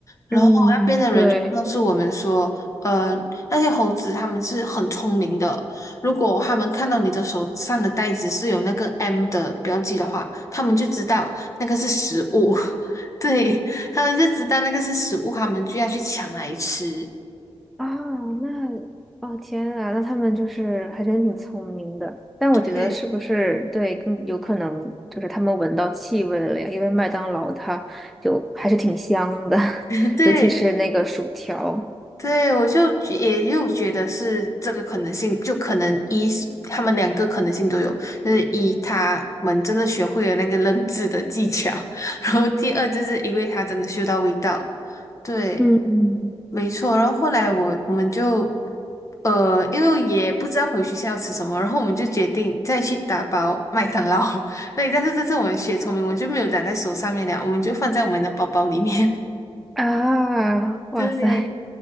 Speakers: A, on the left (about 30°); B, in the centre.
A: 然后那边的人就告诉我们说，
B: 嗯，对
A: 呃，那些猴子他们是很聪明的，如果他们看到你的手上的袋子是有那个 M 的标记的话，他们就知道那个是食物，<laughs> 对，他们就知道那个是食物，他们就要去抢来吃。
B: 啊，那哦天啊，那他们就是还真挺聪明的。但我觉得是不是对，
A: 对
B: 更有可能就是他们闻到气味了呀？因为麦当劳它就还是挺香的，
A: <laughs>
B: <laughs>
A: 对，
B: 尤其是那个薯条
A: 对，我就觉也又觉得是这个可能性，就可能一是他们两个可能性都有，就是一他们真的学会了那个认字的技巧，<laughs> 然后第二就是因为他真的嗅到味道，对，
B: 嗯，
A: 没错。然后后来我我们就呃，因为也不知道回学校要吃什么，然后我们就决定再去打包麦当劳。<laughs> 对，但是这次我们学聪明，我们就没有打在手上面了，我们就放在我们的包包里面。
B: 啊！
A: <laughs>
B: 哇塞，
A: 对，